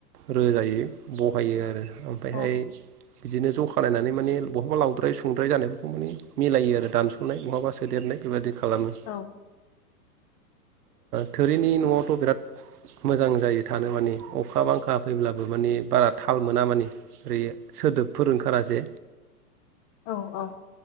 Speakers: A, on the right; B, on the left.
A: रोजायै बहायो आरो ओमफायहाय
B: औ
A: बिदिनो ज' खालायनानै माने बहाबा लावद्राय सुंद्राय जानायफोरखौ माने मिलायो आरो दानस'नाय बहाबा फेदेरनाय बेबायदि खालामो
B: औ
A: थोरिनि न'आवथ' बिराद मोजां जायो थानो माने अखा बांखा फैब्लाबो मानि बारा थाल मोना मानि ओरै सोदोबफोर ओंखारा जे
B: औ औ